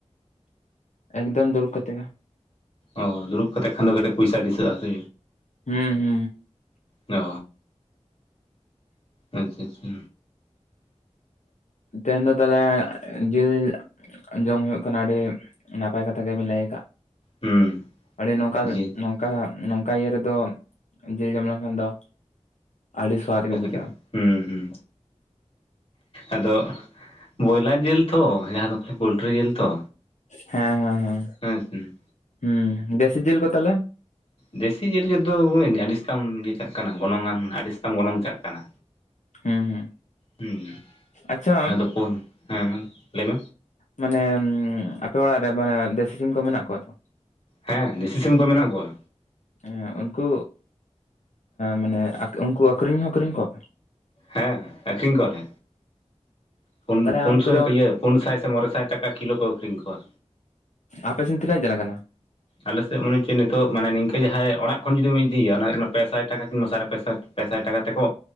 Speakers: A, on the left; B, on the left.
A: ᱮᱜᱽᱫᱚᱢ ᱫᱩᱲᱩᱵ ᱠᱟᱛᱮᱜ ᱜᱮ
B: ᱚ ᱫᱩᱲᱩᱵ ᱠᱟᱛᱮᱜ ᱠᱷᱟᱱ ᱫᱚ ᱠᱟᱹᱴᱤᱡ ᱯᱚᱭᱥᱟ ᱫᱤᱥᱟᱹᱜᱼᱟ ᱥᱮ
A: ᱦᱮᱸᱸ
B: ᱚᱻ ᱟᱪᱷᱟ ᱟᱪᱷᱟ
A: ᱛᱮ ᱫᱚ ᱛᱟᱦᱚᱞᱮ ᱡᱤᱨᱟᱹᱣ ᱡᱚᱢ ᱦᱩᱭᱩᱜ ᱠᱟᱱᱟ ᱟᱹᱰᱤ ᱱᱟᱯᱟᱭ ᱠᱟᱛᱷᱟ ᱜᱮᱵᱮᱱ ᱞᱟᱹᱭ ᱟᱠᱟᱫ
B: ᱦᱩᱸ
A: ᱟᱹᱰᱤ ᱱᱚᱠᱟ
B: ᱡᱤᱞ
A: ᱱᱚᱠᱟ ᱱᱚᱝᱠᱟ ᱱᱚᱝᱠᱟ ᱤᱭᱟᱹ ᱨᱮᱫᱚ ᱡᱤᱞ ᱡᱚᱢ ᱞᱮᱱᱠᱷᱟᱱ ᱫᱚ ᱟᱹᱰᱤ ᱥᱣᱟᱫᱽ ᱜᱮ ᱵᱩᱡᱷᱟᱹᱜᱼᱟ
B: ᱦᱩᱸ ᱦᱩᱸ ᱟᱫᱚ ᱵᱚᱭᱞᱟ ᱡᱤᱞ ᱛᱚ ᱡᱟᱦᱟᱸ ᱫᱚ ᱯᱳᱞᱴᱨᱤ ᱡᱤᱞ ᱛᱚ
A: ᱦᱮᱸ ᱦᱮᱸ ᱦᱮᱸ
B: ᱦᱮ ᱦᱮᱸ
A: ᱦᱩᱸ ᱫᱮᱥᱤ ᱡᱤᱞ ᱠᱚ ᱛᱟᱦᱚᱞᱮ
B: ᱫᱮᱥᱤ ᱡᱤᱞ ᱞᱤᱫᱚ ᱟᱹᱰᱤᱛᱟᱢ ᱤᱭᱟᱹ ᱪᱟᱜ ᱠᱟᱱᱟ ᱜᱚᱱᱚᱝ ᱟᱱ ᱟᱹᱰᱤ ᱥᱮᱛᱟᱢ ᱜᱚᱱᱚᱝ ᱪᱟᱜ ᱠᱟᱱᱟ
A: <inaudible> ᱦᱩᱸ
B: ᱦᱩᱸ
A: ᱟᱪᱪᱷᱟ
B: ᱟᱫᱚ ᱯᱩᱱ ᱦᱮᱸ ᱞᱟᱹᱭ ᱵᱮᱱ
A: ᱢᱟᱱᱮ ᱩᱸ ᱟᱯᱮ ᱚᱲᱟᱜ ᱨᱮ ᱢᱟᱱᱮ ᱫᱮᱥᱤ ᱥᱤᱢ ᱠᱚ ᱢᱮᱱᱟᱜ ᱠᱚᱣᱟ ᱛᱚ
B: ᱦᱮᱸ ᱫᱮᱥᱤ ᱥᱤᱢ ᱠᱚ ᱢᱮᱱᱟᱜ ᱠᱚᱣᱟ
A: ᱦᱮᱸ ᱩᱱᱠᱩ ᱢᱟᱱᱮ ᱩᱱᱠᱩ ᱟᱹᱠᱷᱨᱤᱧ ᱦᱚᱸ ᱟᱹᱠᱷᱨᱤᱧ ᱠᱚᱣᱟᱯᱮ
B: ᱦᱮᱸ ᱟᱹᱠᱷᱨᱤᱧ ᱠᱚᱣᱟᱞᱮ ᱯᱩᱱ
A: ᱛᱟᱦᱚᱞᱮ
B: ᱯᱩᱱᱥᱟᱭ
A: ᱩᱱᱠᱩ ᱫᱚ
B: ᱤᱭᱟᱹ ᱯᱩᱱ ᱥᱟᱭ ᱥᱮ ᱢᱚᱬᱮ ᱥᱟᱭ ᱴᱟᱠᱟ ᱠᱤᱞᱳ ᱠᱚ ᱟᱹᱠᱷᱨᱤᱧ ᱠᱚᱣᱟ
A: ᱟᱯᱮ ᱥᱮᱱ ᱛᱤᱱᱟᱹᱜ ᱪᱟᱞᱟᱜ ᱠᱟᱱᱟ?
B: ᱟᱞᱮᱥᱮᱫ ᱢᱟᱱᱮ ᱪᱮᱫ ᱱᱤᱛᱚᱜ ᱢᱟᱱᱮ ᱱᱤᱝᱠᱟᱹ ᱡᱟᱦᱟᱸᱭ ᱚᱲᱟᱜ ᱠᱷᱚᱱ ᱡᱩᱫᱤᱢ ᱤᱫᱤᱭᱤᱭᱟ ᱚᱱᱟ ᱠᱟᱱᱟ ᱯᱮ ᱥᱟᱭ ᱴᱟᱠᱟ ᱠᱤᱞᱳ ᱥᱟᱲᱮ ᱯᱮ ᱥᱟᱭ ᱯᱮ ᱥᱟᱭ ᱴᱟᱠᱟ ᱛᱮᱠᱚ